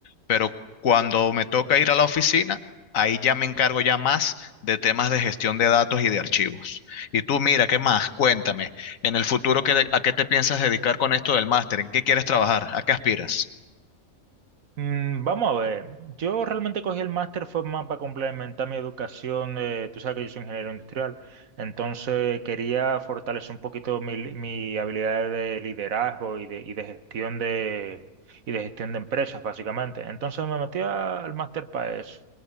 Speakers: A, on the left (about 65°); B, on the right (about 70°).
A: pero cuando me toca ir a la oficina, ahí ya me encargo ya más de temas de gestión de datos y de archivos. Y tú, mira, ¿qué más? Cuéntame. En el futuro, ¿qué de- ¿a qué te piensas dedicar con esto del máster? ¿En qué quieres trabajar? ¿A qué aspiras?
B: Mm, vamos a ver, yo realmente cogí el máster fue más para complementar mi educación, eh, tú sabes que yo soy ingeniero industrial, entonces quería fortalecer un poquito mi, li- mi habilidad de liderazgo y de, y de gestión de, y de gestión de empresas, básicamente. Entonces me metí a- al máster para eso